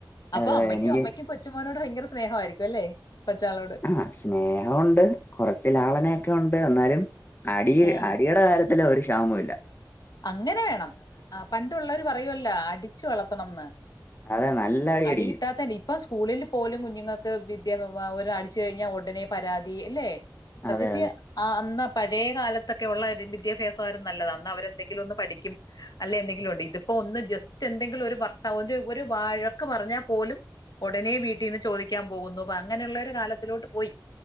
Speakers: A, on the left; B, on the left.
A: അപ്പോ
B: അതെ
A: അമ്മയ്ക്കും
B: എനിക്ക്
A: അമ്മയ്ക്കും കൊച്ചുമോനോട് ഭയങ്കര സ്നേഹായിരിക്കും അല്ലേ കൊച്ചാളോട്
B: ആഹ് സ്നേഹൊം ഉണ്ട് കൊറച്ച് ലാളനയൊക്കെ ഉണ്ട് എന്നാലും അടി
A: ആഹ്.
B: അടിയുടെ കാര്യ ത്തില് ഒരു ഷാമൂല്യ
A: അങ്ങനെ വേണം ആഹ് പണ്ടുളെളാര് പറയോല്ല അടിച്ചു വളർത്തണംന്ന്
B: അതെ നല്ല
A: അടി
B: അടിക്കും
A: കിട്ടാത്തേന്റെ ഇ പ്പ സ്കൂളിൽ പോലും കുഞ്ങ്ങൾക്ക് വിദ്യാ വ അടിച്ചു കഴിഞ്ഞാൽ ഉടനെ പരാതി എല്ലേ സത്യത്തി
B: അതെ അതെ
A: ആ അന്നാപഴേ കാലത്തൊക്കെ ഒള്ള വിദ്യാഭ്യാസം ആരുന്നു നല്ലത് അന്ന് അവര് എന്തെങ്കിലൊന്ന് പഠിക്കും അല്ല എന്തെങ്കിലും ഉണ്ട് ഇതിപ്പോ ഒന്ന് ജസ്റ്റ് എന്തെങ്കിലും ഒരു വർത്ത ഒര് ഒര് വാഴക്ക് പറഞ്ഞാൽ പോലും ഉടനെ വീട്ടീന്ന് ചോദിക്കാ പോകുന്നു പ്പ അങ്ങനള്ളൊരു കാലത്തിലോട്ട് പോയി